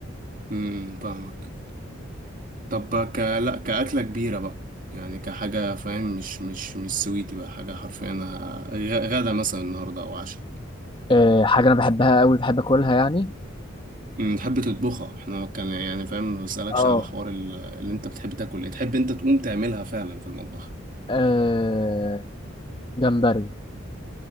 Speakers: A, on the right; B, on the left.
A: امم فاهمك طب ك... لا كأكلة كبيرة بقى يعني كحاجة فاهم مش مش مش سويتي بقى حاجة حرفيا ه- غ- غدا مثلا النهاردة أو عشاء
B: أه حاجه انا بحبها قوي بحب اكلها يعني
A: أمم، تحب تطبخها احنا كان يعني فاهم ما بسألكش
B: اه
A: على حوار ال- اللي انت بتحب تاكل ايه تحب انت تقوم تعملها فعلا في المطبخ
B: آه، جمبري